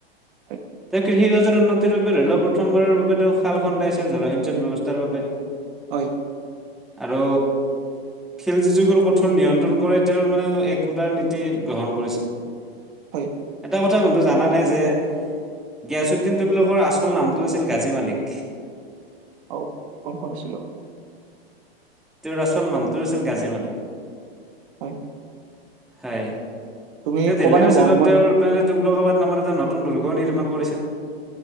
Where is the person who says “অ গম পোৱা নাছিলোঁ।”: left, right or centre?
Right